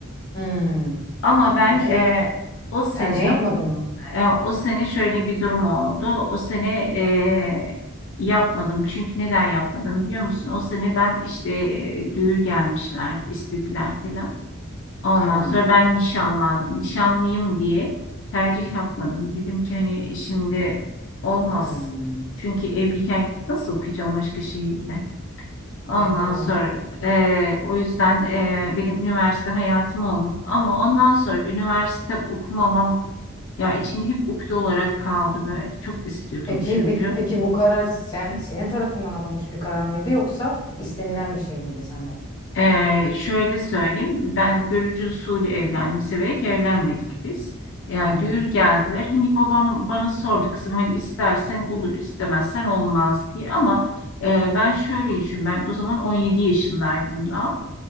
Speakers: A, on the left; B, on the left.
A: Hmm.
B: Ama ben
A: Peki
B: e, o sene
A: tercih yapmadın mı?
B: e, o sene şöyle bir durum oldu. O sene e, yapmadım. Çünkü neden yapmadım biliyor musun? O sene ben işte e, düğür gelmişler, istediler falan. Ondan
A: Ha.
B: sonra ben nişanlandım. Nişanlıyım diye tercih yapmadım. Dedim ki hani şimdi olmaz.
A: Hmm.
B: Çünkü evliyken gidip nasıl okuyacağım başka şehirde? Ondan
A: Gerçi doğru.
B: sonra eee, o yüzden eee, benim üniversite hayatım olmadı. Ama ondan sonra üniversite okumamam ya içimde hep ukde olarak kaldı böyle. Çok istiyordum
A: Peki
B: çünkü.
A: pe- peki bu karar sen senin tarafından alınmış bir karar mıydı yoksa istenilen bir şey miydi senden?
B: Ee, şöyle söyleyeyim, ben görücü usulü evlendim, severek evlenmedik biz. Yani
A: Hı hı.
B: düğür geldiler, hani babam bana sordu kızım hani istersen olur, istemezsen olmaz diye. Ama e, ben şöyle düşün, ben o zaman 17 yaşındaydım da.